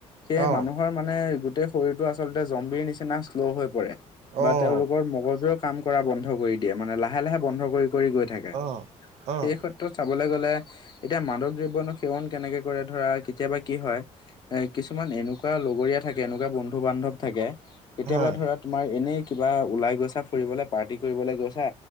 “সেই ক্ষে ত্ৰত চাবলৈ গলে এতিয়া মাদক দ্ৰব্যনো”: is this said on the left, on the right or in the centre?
Left